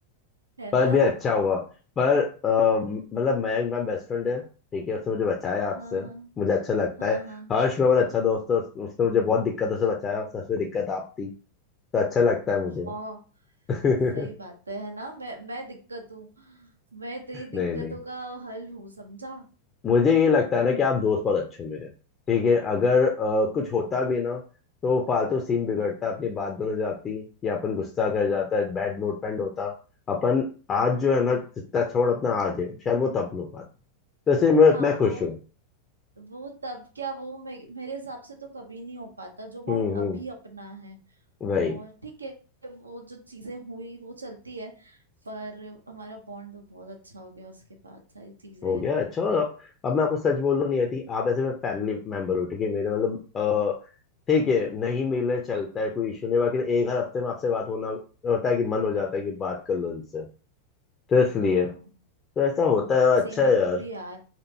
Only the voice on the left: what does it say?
पर
ये अच्छा हुआ पर अ, मतलब मयंक मेरा बेस्ट फ्रेंड है ठीक है उसने मुझे बचाया आपसे
मुझे अच्छा लगता
है
हर्ष मेरा मेरा अच्छा दोस्त है उस- उसने मुझे बहुत दिक्कतों से बचाया सबसे दिक्कत आप थी तो अच्छा लगता है मुझे
<laughs>
नहीं नहीं
मुझे ये लगता है ना कि आप दोस्त बहुत अच्छे हो मेरे ठीक है अगर अ,
कुछ होता भी ना तो फालतू सीन बिगड़ता अपनी बात बन जाती या अपन गुस्सा कर
जाता है बैड नोट पेंड होता अपन आज जो है ना जितना छोड़ अपना आज है शायद वो तब नहीं हो पाता तो इसलिए मैं
मैं खुश
हूँ
हम्म हम्म
वही
हो गया अच्छा और अब अब मैं आपको सच बोल रहा नहीं आती आप ऐसे में फैमिली मेंबर हो ठीक है मेरे मतलब अ, ठीक है नहीं मिले चलता है कोई इशू नहीं बाकी तो एक हर हफ्ते में आपसे बात होना होता है कि मन हो जाता है कि बात कर लो उनसे तो इसलिए
तो ऐसा होता है और अच्छा
है यार